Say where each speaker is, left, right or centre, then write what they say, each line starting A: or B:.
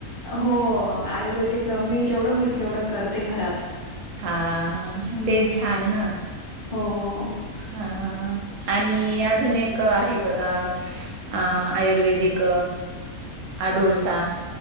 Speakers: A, on the left; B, on the right.
A: हो आयुर्वेदिक मी जेवढं होईल तेवढं करते घरात.
B: हा
A: हम्म
B: ते छान ना
A: हो
B: हा आणि अजून एक आहे बघा अ आयुर्वेदिक आडूळसा